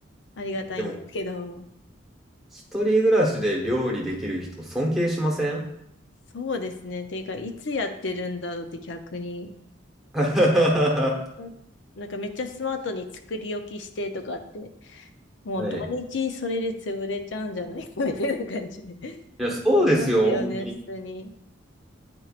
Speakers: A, on the left; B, in the centre.
A: ありがたいんですけど、
B: でも、一人暮らしで料理できる人、尊敬しません
A: そうですね。ていうか、いつやってるんだろうって逆に、
B: <laughs> は
A: ななんかめっちゃスマートに作り置きしてとかって、もう土日それで潰れちゃうんじゃないかみたいな感じで。
B: い。い
A: <laughs>
B: や、そうですよ。
A: 思いますよね、
B: ほん
A: 普通に。